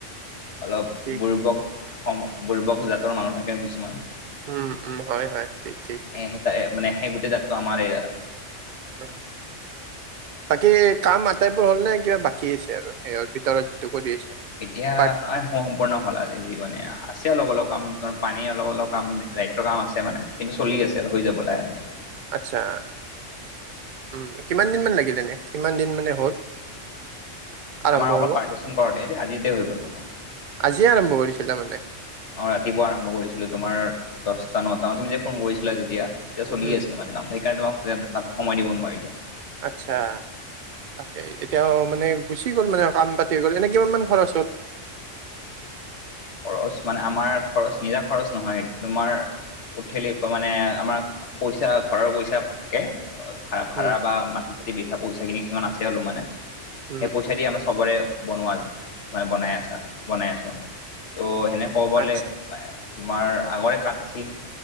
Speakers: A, on the left; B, on the right.
A: অলপ
B: ঠিক
A: বুৰ্বক সম বুৰ্বক জাতৰ মানুহ থাকে কিছুমান।
B: উম উম হয় হয় ঠিক ঠিক।
A: সে তাৰে মানে সেই গোটেই জাতটো আমাৰে আৰু।
B: <unintelligible> বাকী কাম আটাইবোৰ হ'ল নে কিবা বাকী আছে আৰু সেইৰ ভিতৰত যিটো কৰি আছা।
A: এতিয়া এ
B: পাৰ্ট
A: সম্পূৰ্ণ হ'ল আজি জি মানে আ আছে অলপ অলপ কাম পানী অলপ অলপ। কাম ৰাইটৰ কাম আছে মানে কিন্তু চলি আছে আৰু হৈ যাব লাহে।
B: আচ্ছা। উম কিমান দিন মান লাগিল এনে কিমান দিন মানে হ'ল। আৰম্ভ
A: আমাৰ অকল
B: হ'ব
A: পাৰ্টিচন কৰোতে এইটো আজিতে হৈ গ'ল তোমাৰ।
B: আজিয়ে আৰম্ভ কৰিছিলা মানে।
A: অ ৰাতিপুৱা আৰম্ভ কৰিছিলো তোমাৰ দহটা নটা মানত তুমি যে ফোন কৰিছিলা তেতিয়া। তেতিয়া চলিয়ে
B: উম
A: আছিলে মানে কাম সেইকাৰণে তোমাক সময় দিব নোৱাৰিলো।
B: আচ্ছা। তাকে এতিয়াও মানে গুচি গ'ল মানে কাম পাতি গ'ল এনেই কিমানমান খৰচ হ'ল।
A: খৰচ মানে আমাৰ খৰচ নিজা খৰচ নহয় তোমাৰ। উঠিল <inaudible> মানে আমাৰ পইচা ঘৰৰ পইচা থাকে। ভা ভাড়া
B: উম
A: বা মাটি চাটি বেচা পইচাখিনি কিছুমান আছে আৰু মানে।
B: উম
A: সেই পইচা দি আমাৰ সবৰে বনোৱা মানে বনাই আছা বনাই আছো। ত' সেনে ক'বগলে
B: আচ্ছা
A: তোমাৰ আগৰে কাঠ আছিল।